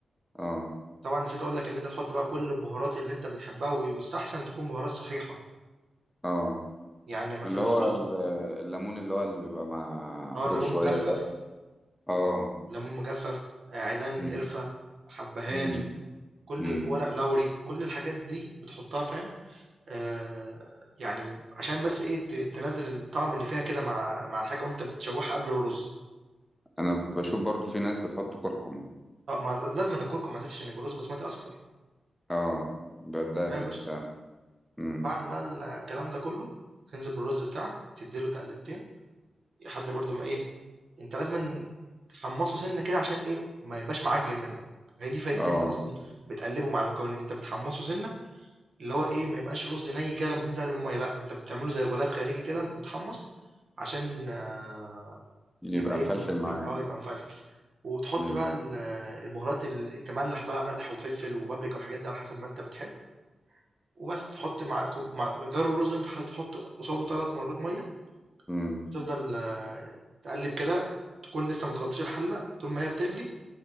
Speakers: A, in the centre; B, on the right.
A: اه
B: طبعا نسيت أقول لك إن أنت تحط بقى كل البهارات اللي أنت بتحبها ويستحسن تكون بهارات صحيحة
A: اه
B: يعني مثلا
A: اللي هو
B: تحط
A: ال- الليمون اللي هو اللي بيبقى محروق
B: اه ليمون
A: شوية
B: مجفف
A: ده اه
B: ليمون مجفف آه عيدان
A: مم،
B: قرفة حبهان
A: مم،
B: كل
A: مم.
B: ال- ورق لوري كل الحاجات دي بتحطها فاهم آآ يعني عشان بس إيه ت تنزّل الطعم اللي فيها كده مع مع الحاجة وأنت بتشوّحها قبل الرز،
A: انا بشوف برضو في ناس بتحط كركم
B: آه ما لازمًا الكركم أساسي عشان يبقى الرز بسمتي أصفر،
A: اه ده ده
B: تمام
A: اساسي
B: يا باشا،
A: فعلا مم.
B: بعد إمم. بقى ال الكلام ده كلّه تنزل بالرز بتاعك تدّي له تقلبتين لحد برضه ما إيه، أنت لازمًا تحمّصه سِنّة كده عشان إيه، ما يبقاش معجّن منّك، هي دي فايدة
A: اه
B: إن أنت أصلًا بتقلّبه مع المكونات دي، أنت بتحمّصه سِنّة اللي هو إيه، ما يبقاش رز نَي كده لمّا تنزل عليه بالمَيّة لأ، أنت بتعمله زي غلاف خارجي كده متحمّص عشان آه،
A: يبقى
B: يبقى ايه
A: مفلفل معاك
B: بي- اه يبقى مفلفل وتحط
A: مم،
B: بقى ال- البهارات اللي تملح بقى ملح وفلفل وبابريكا والحاجات دي على حسب ما انت بتحب وبس تحط مع, كوب- مع مقدار الرز اللي انت هتحط قصاده ثلاث مرات ميه
A: مم.
B: وتفضل آه، تقلب كده تكون لسه ما تغطيش الحله طول ما هي بتغلي